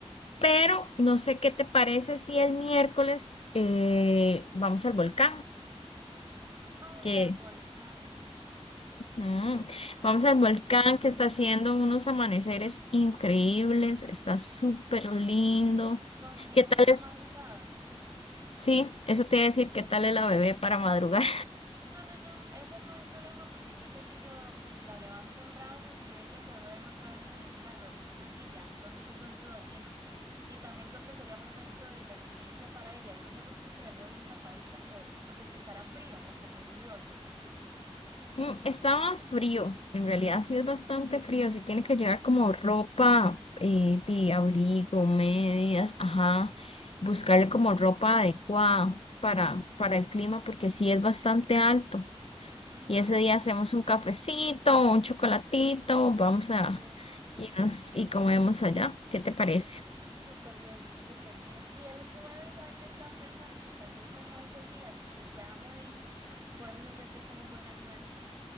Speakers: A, on the left; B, on the right.
A: Pero no sé qué te parece si el miércoles eh, vamos al volcán,
B: Ay,
A: que
B: al volcán,
A: mm, vamos
B: qué
A: al volcán
B: belleza.
A: que está haciendo unos amaneceres increíbles, está súper
B: Mm, mm,
A: lindo.
B: mm, mm, mm. Nos iríamos
A: ¿Qué tal
B: en
A: es?
B: la madrugada.
A: Sí, eso te iba a decir, ¿qué
B: Ay,
A: tal
B: qué
A: es la
B: lindo.
A: bebé para madrugar?
B: No, no, no, eso no hay problema porque yo sé que yo mm, la levanto en brazos y ella se duerme otra vez en el carro, en la silla, entonces eso es lo de menos. Y también creo que sería muy bonito y la experiencia para ella. Y lo que hago es que la llevo bien tapadita por, porque estará frío o como lluvioso,
A: Mm, Está más frío, en realidad sí es bastante frío, sí tiene que llevar como ropa eh, de
B: calientita.
A: abrigo, medias,
B: Ujú,
A: ajá, buscarle como ropa adecuada para, para el clima porque sí es bastante alto.
B: ujú,
A: Y ese día
B: ujú.
A: hacemos un cafecito, un chocolatito, vamos a
B: Qué delicia.
A: y nos y comemos allá. ¿Qué te parece?
B: Súper bien, súper bien. Y el jueves, ¿sabe qué estaba pensando? Que tal vez como es el día que ya me vengo, podemos hacer como un buen almuerzo.